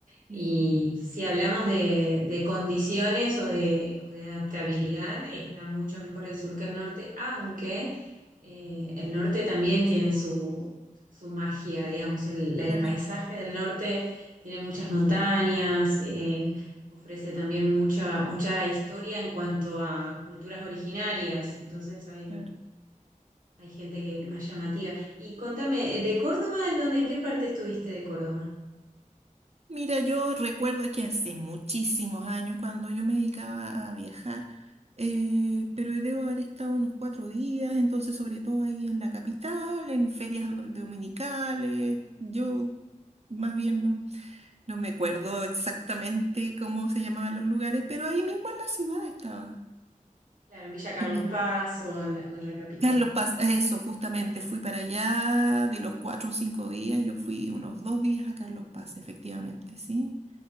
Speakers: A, on the right (about 70°); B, on the right (about 50°).
A: y
B: Mm,
A: si hablamos de, de condiciones o de, o de adaptabilidad, está mucho mejor el sur que el norte, aunque eh, el norte también tiene su, su magia, digamos, el, el
B: claro,
A: paisaje del norte tiene muchas montañas, eh, ofrece también mucha, mucha historia en cuanto a culturas originarias, entonces hay
B: claro.
A: hay gente que es más llamativa. Y contame, eh, ¿de Córdoba en dónde, en qué parte estuviste de Córdoba?
B: Mira, yo recuerdo que hace muchísimos años cuando yo me dedicaba a viajar, eh, pero debo haber estado unos cuatro días, entonces sobre todo ahí en la capital, en ferias do- dominicales, yo más bien no. No me acuerdo exactamente cómo se llamaban los lugares, pero ahí mismo en la ciudad estaba.
A: Claro, en Villa Carlos
B: Y me gust-
A: Paz o en la, o en la capital.
B: Carlos Paz, eso, justamente, fui para allá de los cuatro o cinco días, yo fui unos dos días a Carlos Paz, efectivamente, ¿sí?